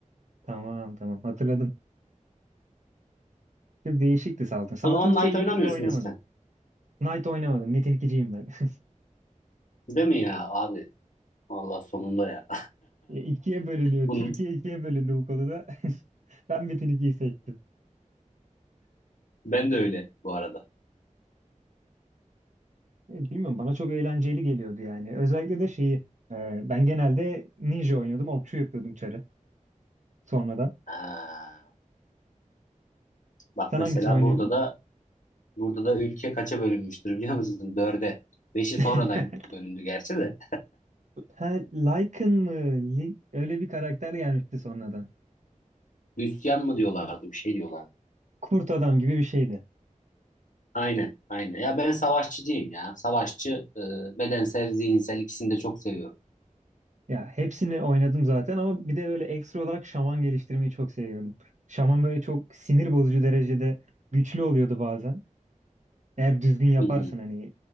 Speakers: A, on the right (about 65°); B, on the left (about 75°).
A: Tamam tamam hatırladım. Çok değişikti Saltanat. Saltanat'ı
B: O zaman Knight
A: çok uzun
B: oynamıyorsundur
A: süre oynamadım.
B: sen.
A: Knight oynamadım. Metin 2'ciyim ben. <laughs>
B: Değil mi ya abi? Vallahi sonunda ya.
A: E, ikiye bölünüyor.
B: <laughs> Bunun,
A: Türkiye ikiye bölündü bu konuda. <laughs> Ben Metin ikiyi seçtim.
B: ben de öyle bu arada.
A: E, Bilmiyorum bana çok eğlenceli geliyordu yani. Özellikle de şeyi e, ben genelde ninja oynuyordum. Okçu yapıyordum çarı sonradan.
B: Ha. Bak
A: Sen
B: mesela
A: hangisini oynuyordun?
B: burada da burada da ülke kaça bölünmüştür biliyor musun? Dörde. Beşi
A: <laughs>
B: sonradan bölündü gerçi de.
A: Ha, Lycan mı? Li- Öyle bir karakter gelmişti sonradan.
B: Hristiyan mı diyorlardı bir şey diyorlardı.
A: Kurt adam gibi bir şeydi.
B: Aynen, aynen. Ya ben savaşçıcıyım ya. Savaşçı, e, bedensel, zihinsel ikisini de çok seviyorum.
A: Ya hepsini oynadım zaten ama bir de böyle ekstra olarak şaman geliştirmeyi çok seviyordum. Şaman böyle çok sinir bozucu derecede güçlü oluyordu bazen. Eğer düzgün yaparsın
B: Hı hı.
A: hani